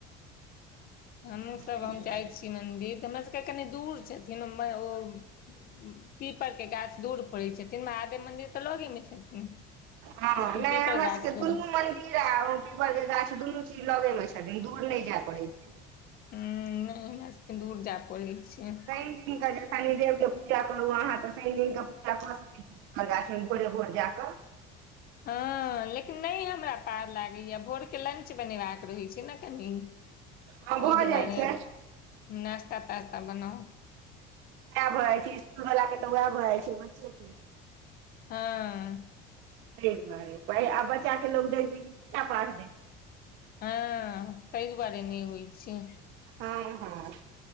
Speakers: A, on the left; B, on the right.
A: हमहुं सब
B: ताहि
A: हम
B: दुआरे
A: जाइ छी मन्दिर त हमरा सबके कनी दूर छथिन हमर ओ। पीपरके गाछ दूर परै छथिन, महादेव मंन्दिर त लगे मे छथिन।
B: हं
A: लेकिन
B: नै
A: पीपर
B: हमरा
A: गाछ
B: सबके
A: दूर
B: दुनू मन्दिर केरा ओ पीपर के गाछ दुनू चीज लगेमे छथिन दूर नै जाए पड़ै छै।
A: हुं नै हमरा सबके दूर जाए परै छै।
B: <unintelligible> शनिदेवके पूजा करू अहाँ त शनि दिन क पूजा क सकै छी, पीपर गाछमे भोरे भोर जा क।
A: हं लेकिन नै हमरा पार लागैया भोर के लंच बनेबाक रहै छै ने कनी।
B: हँ भऽ
A: ओइ दुआरे
B: जाइ छै
A: नाश्ता तास्ता बनाउ।
B: सैह भ जाइ छै, इसकुल बला के त वैह भ जाइ छै बच्चे के।
A: हँ।
B: तै दुआरे, भाइ आब बच्चा के लोग देखतै कि पूजा पाठ देख
A: हँ तै दुआरे नै होइ छै
B: हं हं